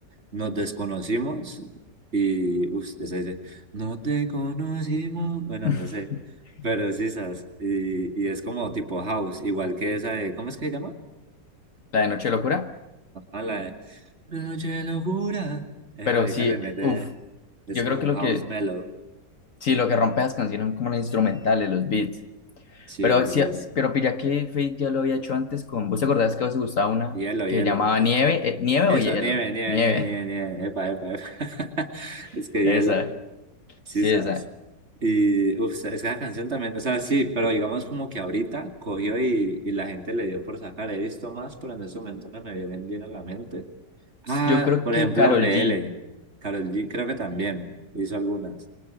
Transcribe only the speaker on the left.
<laughs>
La de Noche de Locura,
pero
sí,
uff,
yo
creo que
lo
que
Sí, lo que rompe las canciones son como los instrumentales, los beats.
Pero
sí, pero pilla que Fate ya lo había hecho antes con. ¿Vos te acordás que a vos te gustaba una
que
llamaba Nieve? Eh, ¿Nieve
o Hielo?
Nieve.
<laughs>
Esa.
Sí,
esa.
Yo creo
que
Karol
G.